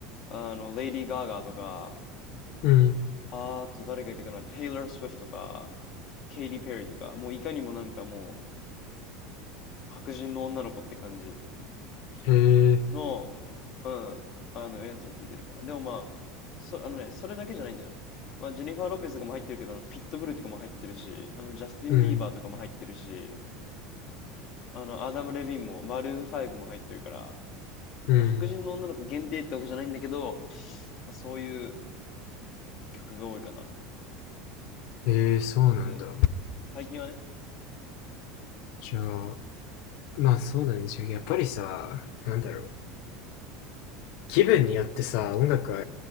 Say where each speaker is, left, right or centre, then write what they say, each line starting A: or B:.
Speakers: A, on the left; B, on the left.
A: あの、レイディー・ガーガーとか、
B: うん、
A: あと誰がいたかな、テイラー・スウィフトとか、ケイティ・ペリーとか、もういかにもなんかもう、白人の女の子って感じ
B: へえ、
A: の、うん、あの、やつを聴いてるかな。でもまあ、そ、あのね、それだけじゃないんじゃないまあ、ジェニファー・ロペスとかも入ってるけど、あのピットブルとかも入ってるし、あの、ジャスティン・
B: うん、
A: ビーバーとかも入ってるし、あの、アダム・レヴィンも、マルーン5も入ってるから、その白人の女の子限定ってわけじゃないんだけど、
B: うん、
A: まあそういう曲が多いかな。
B: へえ、そうなんだ。
A: うんうん。最近はね。
B: じゃあ、まあそうだね。じゃあやっぱりさ、なんだろう。気分によってさ、音楽は